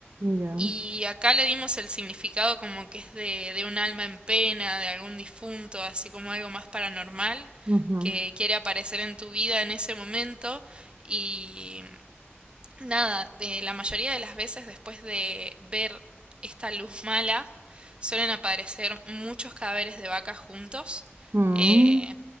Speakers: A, on the right (about 65°); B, on the right (about 25°).
A: ya,
B: y acá le dimos el significado como que es de, de un alma en pena, de algún difunto, así como algo más paranormal
A: ujú.
B: que quiere aparecer en tu vida en ese momento y Nada, eh, la mayoría de las veces después de ver esta luz mala suelen aparecer muchos cadáveres de vacas juntos.
A: Mm,
B: Eh,